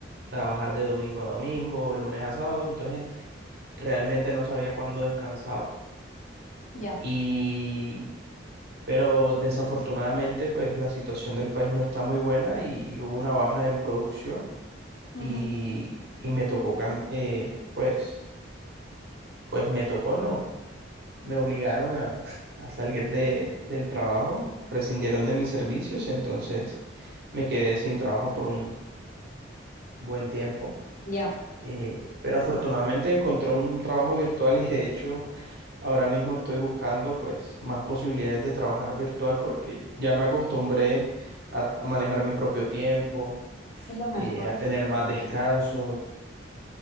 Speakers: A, on the right; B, on the left.
A: trabajar de domingo a domingo, lunes a sábado, entonces realmente no sabía cuándo descansaba.
B: Ya.
A: Y, pero desafortunadamente, pues la situación del país no está muy buena y hubo una baja en producción
B: Ujú.
A: y, y me tocó, cam- eh, pues, pues me tocó, no, me obligaron a, <laughs> a salir de, del trabajo, prescindieron de mis servicios, entonces me quedé sin trabajo por un buen tiempo.
B: Ya.
A: Eh, pero afortunadamente encontré un trabajo virtual y de hecho ahora mismo estoy buscando pues más posibilidades de trabajar virtual porque ya me acostumbré a, a manejar mi propio tiempo,
B: Es lo mejor.
A: eh, a tener más descansos.